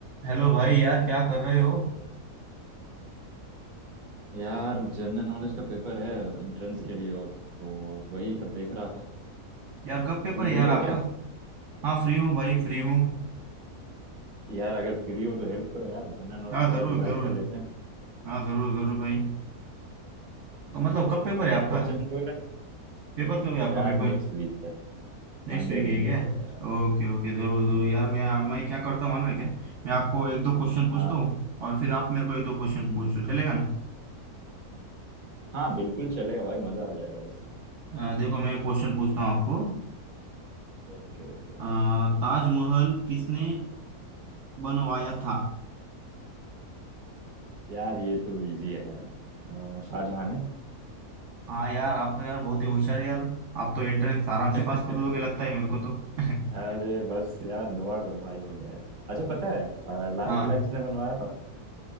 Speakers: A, on the right; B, on the right.
A: Hello भाई यार क्या कर रहे हो
B: यार general knowledge का paper है एंट्रेंस के लिए और तो वही सब देख रहा था
A: यार कब पेपर
B: तुम
A: है
B: फ्री
A: यार
B: हो
A: आपका
B: क्या
A: हाँ फ्री हूँ भाई फ्री हूँ
B: यार अगर फ्री हो तो हेल्प करो यार जनरल नॉलेज
A: हाँ
B: थोड़ा
A: जरूर
B: रिवाइज
A: जरूर
B: कर लेते हैं
A: हाँ जरूर जरूर भाई तो मतलब
B: तो
A: कब पेपर है आपका
B: क्वेश्चन वगैरह
A: पेपर कब है आपका
B: यार
A: पेपर
B: नेक्स्ट वीक है
A: नेक्स्ट
B: मंडे
A: वीक
B: मंडे
A: है क्या
B: को है यार
A: ओके ओके जरूर जरूर
B: हाँ
A: यार मैं मैं क्या करता हूँ मालूम है क्या मैं आपको एक दो क्वेश्चन पूछता
B: हाँ
A: हूँ और फिर आप मेरे को एक दो क्वेश्चन
B: हम्म,
A: पूछो चलेगा ना
B: हाँ बिल्कुल चलेगा भाई मजा आ जाएगा बस
A: अ, देखो मैं क्वेश्चन पूछता हूँ आपको
B: Okay okay
A: अ, ताजमहल किसने बनवाया था
B: यार ये तो इजी है यार अ, शाहजहां है
A: हाँ यार आप तो यार बहुत ही होशियार है यार आप तो एंट्रेंस आराम से
B: <laughs>
A: पास कर लोगे लगता है मेरे को तो <laughs>
B: अरे बस यार दुआ करो भाई हो जाए अच्छा पता है अ, लाल
A: हाँ
B: किला किसने बनवाया था